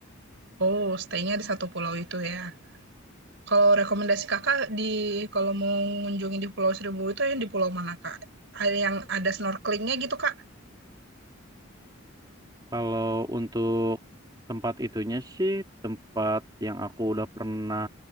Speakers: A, on the right (about 60°); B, on the right (about 20°).
A: Oh, stay-nya di satu pulau itu ya. Kalau rekomendasi Kakak di kalau mau mengunjungi di Pulau Seribu itu yang di pulau mana, Kak? Ada yang ada snorkelingnya gitu, Kak?
B: kalau untuk tempat itunya sih tempat yang aku udah pernah